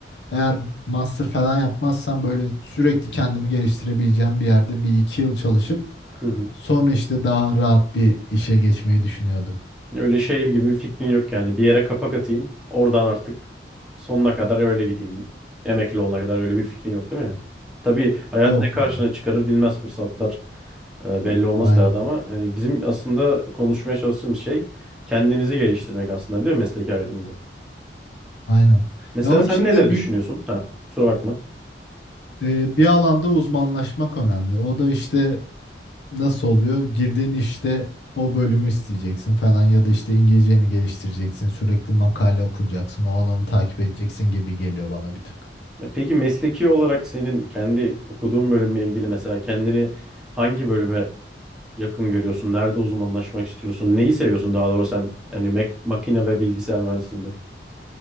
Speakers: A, on the left; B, in the centre.
A: eğer master falan yapmazsam böyle sürekli kendimi geliştirebileceğim bir yerde bir iki yıl çalışıp
B: Hı hı.
A: sonra işte daha rahat bir işe geçmeyi düşünüyordum.
B: Öyle şey gibi bir fikrin yok yani. Bir yere kapak atayım. Oradan artık sonuna kadar öyle gideyim. Emekli olana kadar öyle bir fikrin yok değil mi? Tabii hayat
A: Yok
B: ne karşına
A: ya.
B: çıkarır bilmez fırsatlar. e, Belli olmaz
A: Aynen.
B: ileride ama yani bizim aslında konuşmaya çalıştığımız şey kendimizi geliştirmek aslında değil mi mesleki hayatımızda?
A: Aynen.
B: Mesela
A: Ya onun
B: sen
A: için
B: neler
A: de
B: düşünüyorsun?
A: büyük
B: Ha, kusura bakma.
A: Ee, bir alanda uzmanlaşmak önemli. O da işte nasıl oluyor? Girdiğin işte o bölümü isteyeceksin falan ya da işte İngilizceni geliştireceksin. Sürekli makale okuyacaksın. O alanı takip edeceksin gibi geliyor bana bir tık.
B: Ya Peki mesleki olarak senin kendi okuduğun bölümle ilgili mesela kendini hangi bölüme yakın görüyorsun? Nerede uzmanlaşmak istiyorsun? Neyi seviyorsun daha doğrusu sen yani mek- makine ve bilgisayar mühendisliğinde?